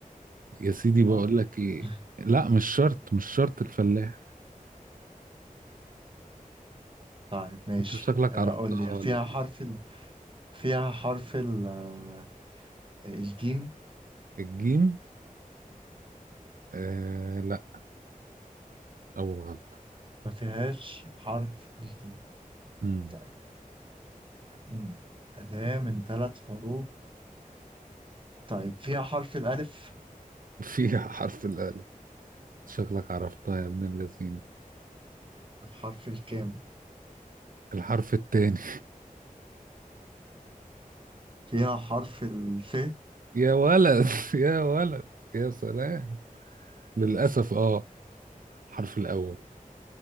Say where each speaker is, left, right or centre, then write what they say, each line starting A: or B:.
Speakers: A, on the right; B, on the right.
A: يا سيدي بقول
B: اه
A: لك ايه
B: <laughs>
A: لا مش شرط مش شرط الفلاح
B: طيب ماشي
A: انت شكلك
B: آه،
A: عرفتها
B: قول لي
A: ولا
B: فيها
A: إيه؟
B: حرف ال... فيها حرف ال... آه، الجيم
A: الجيم آه لا اول غلط
B: ما فيهاش حرف الجيم
A: امم
B: طيب مم. أداة من ثلاث حروف طيب فيها حرف الألف
A: فيها <laughs> حرف الالف شكلك عرفتها يا ابن اللذين
B: الحرف الكام
A: الحرف التاني
B: فيها حرف الف
A: <laughs> يا ولد يا ولد يا سلام للاسف اه الحرف الاول